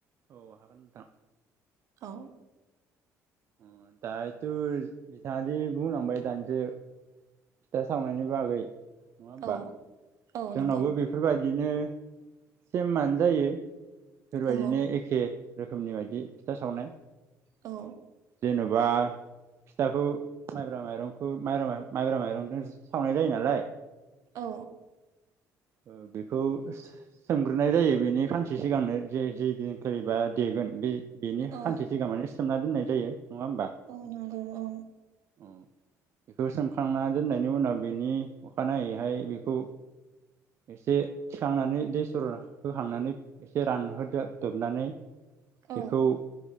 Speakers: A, on the right (about 45°); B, on the right (about 60°).
A: औ हागोन नोंथां।
B: औ।
A: उम दा दोज बिथाङादि बुंलांबाय दानस‍ो फिथा सावनायनि बागै नङा होमबा?
B: औ औ
A: जोंनावबो
B: नंगौ
A: बेफोरबाय दिनो सेममानो जायो। बेफोरबायदिनो
B: औ
A: एखे रोखोमनि बायदि फिथा सावनाय
B: औ।
A: जेन'बा फिथाखौ माइब्रा माइरंखौ माइब्रा माइरं माइब्रा माइरजों सावनाय जायो नालाय।
B: औ।
A: ओ बेखौ सोस सोमग्रोनाय जायो बेनि खानसे सिगांनो जे जे दिनखालिबा देगोन बे बेनि
B: औ
A: हान्थिसिगां मानेस सोमना दोननाय जायो नङा होमबा?
B: औ नंगौ औ
A: उम। बेखौ सोमखांना दोननायनि उनाव बेनि अखानायैहाय बेखौ एसे थिखांनानै दै सरन होखांनानै एसे रानहोदोब दोबनानै
B: औ
A: बेखौ